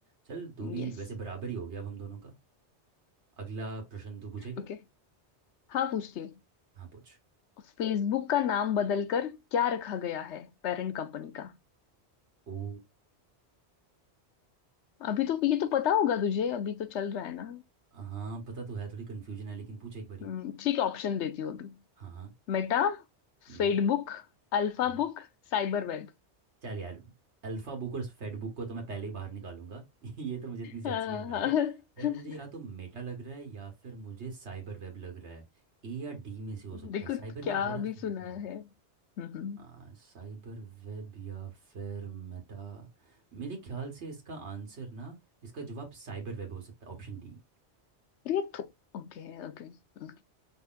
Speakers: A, on the right; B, on the left.
A: चल तू भी
B: यस
A: वैसे बराबर ही हो गया अब हम दोनों का अगला प्रश्न तू पूछेगी
B: ओके हाँ पूछती हूँ
A: हाँ पूछ
B: फेसबुक का नाम बदलकर क्या रखा गया है पेरेंट कंपनी का
A: ओ
B: अभी तो ये तो पता होगा तुझे अभी तो चल रहा है ना
A: हाँ पता तो है थोड़ी कन्फ्यूजन है लेकिन पूछ एक बारी
B: हम्म, ठीक है ऑप्शन देती हूँ अभी
A: हाँ हाँ
B: Meta
A: हम्म
B: Facebook Alpha
A: हम्म।
B: book cyber web
A: चल यार अल्फा बुक और फेड बुक को तो मैं पहले ही बाहर निकालूंगा <laughs> ये तो मुझे इतनी सेंस
B: हाँ,
A: नहीं बना रहे
B: <laughs>
A: यार मुझे या तो मेटा लग रहा है या फिर मुझे साइबर वेब लग रहा है ए या डी में से हो सकता
B: देखो
A: है साइबर
B: क्या
A: वेब बड़ा सुना
B: भी सुना
A: सुना लग रहा
B: है
A: है
B: हम्म
A: आ, साइबर वेब या फिर मेटा मेरे ख्याल से इसका आंसर ना इसका जवाब साइबर वेब हो सकता है ऑप्शन डी
B: अरे तो ओके ओके ओके।